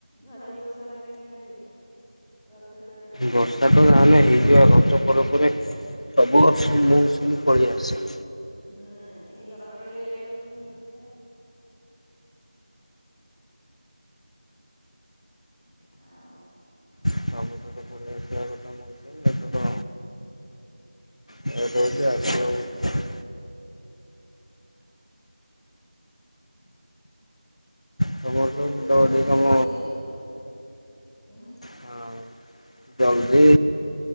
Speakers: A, in the centre; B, on the left.
A: ଝରି ବର୍ଷା ଲାଗେନି ନା ଟିକେ। ରଥଯାତ୍ରା ଟାଇମ୍ରେ
B: ବର୍ଷା ତ ଯାହେଲେ
A: ହୁଏ
B: ହେଇଯିବ, ରଜ ପରେ ପରେ ବହୁତ ମୌସୁମୀ ପଲେଇ ଆସେ।
A: ହୁଁ, ଏଇଥରକ ଟିକେ ଲେଟ୍ ହଉଛି ମୌସୁମୀ ଟା। ଆଉ
B: ସବୁଥରକ୍ ପଳେଇ ଆସିବା କଥା ମୌସୁମୀ ଏଥର ଲଟେ ହଉଚି ଆସିବାକୁ ବୋଧେ। ତମର
A: କେଉଁ
B: ସବୁ
A: ପଟେ
B: ବିଲ
A: ଜଲ୍ଦି
B: ବାଡ଼ି
A: ପକେଇ
B: କାମ
A: ଦିଅନ୍ତି, ଉଁ
B: ହଁ, ଜଲଦି